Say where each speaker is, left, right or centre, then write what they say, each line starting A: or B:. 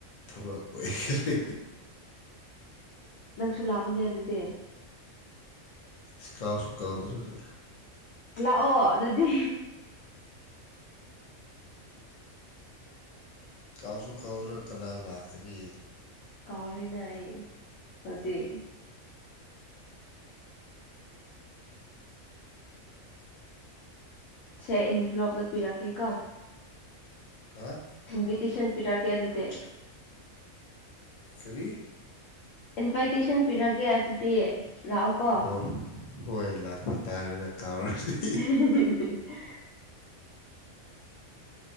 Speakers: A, on the left (about 45°); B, on the left (about 70°).
A: ꯊꯕꯛ ꯑꯣꯏꯈ꯭ꯔꯦ
B: ꯅꯪꯁꯨ ꯂꯥꯛꯎꯅꯦ ꯑꯗꯨꯗꯤ
A: ꯑꯁ ꯀꯥꯎꯁꯨ ꯀꯥꯗꯨ꯭ꯔꯒ
B: ꯂꯥꯛꯑꯣ ꯑꯗꯨꯗꯤ
A: ꯀꯥꯎꯁꯨ ꯀꯥꯎꯗ꯭ꯔ ꯀꯅꯥ ꯂꯥꯛꯀꯅꯤ
B: ꯀꯧꯔꯤꯅ ꯑꯩ ꯍꯧꯖꯤꯛ ꯁꯦ ꯑꯩ ꯂꯣꯇ ꯄꯤꯔꯛꯀꯦ ꯀꯣ
A: ꯍꯥ
B: ꯏꯟꯚꯤꯇꯦꯁꯟ ꯄꯤꯔꯛꯑꯒꯦ ꯑꯗꯨꯗꯤ
A: ꯀꯔꯤ
B: ꯏꯟꯚꯥꯏꯇꯦꯁꯟ ꯄꯤꯔꯒꯦ ꯑꯗꯨꯗꯤ ꯂꯥꯛꯑꯣ ꯀꯣ
A: ꯍꯣꯏ ꯍꯣꯏ ꯂꯥꯛꯄ ꯇꯥꯔꯦꯗ ꯀꯥꯎꯔꯗꯤ
B: <unintelligible>